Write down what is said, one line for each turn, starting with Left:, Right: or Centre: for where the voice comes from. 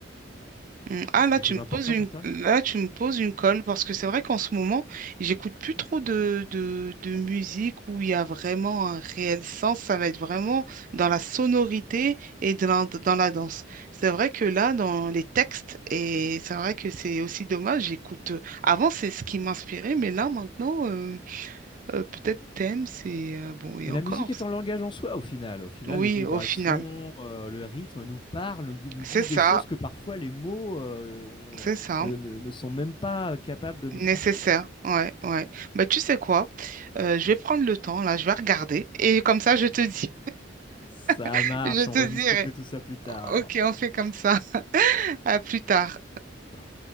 Right: hum. Ah
Left: C'est
Right: là
Left: quelque
Right: tu
Left: chose
Right: me
Left: d'important
Right: poses une
Left: pour toi
Right: là tu me poses une colle parce que c'est vrai qu'en ce moment j'écoute plus trop de, de, de musique où il y a vraiment un réel sens ça va être vraiment dans
Left: Mhm.
Right: la sonorité et dans, dans la danse c'est vrai que là dans les textes et c'est vrai que c'est aussi dommage j'écoute avant c'est ce qui m'inspirait mais là maintenant euh, Euh, peut-être thème, c'est... euh, bon, et
Left: mais
Right: encore.
Left: la musique est
Right: c'est-
Left: un langage en soi au final. Au final,
Right: Oui,
Left: les vibrations,
Right: au final.
Left: euh, le rythme nous parlent, nous, nous
Right: C'est
Left: disent
Right: ça,
Left: des choses que parfois les mots euh, ont-
Right: c'est ça.
Left: ne, ne- ne sont même pas capables de nous
Right: Nécessaire.
Left: transmettre.
Right: Ouais, ouais. Bah, tu sais quoi? Euh, je
Left: Mhm.
Right: vais prendre le temps, là, je vais regarder. Et comme ça, je te dis.
Left: Ça
Right: <laughs>
Left: marche,
Right: Je te
Left: on rediscute
Right: dirai.
Left: de tout ça plus tard
Right: Ok,
Left: alors.
Right: on fait comme ça. <laughs> À plus tard.
Left: Plus tard.